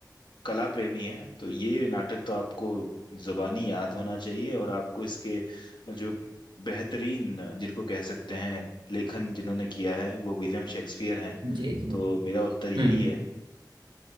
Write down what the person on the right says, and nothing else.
जी जी
हम्म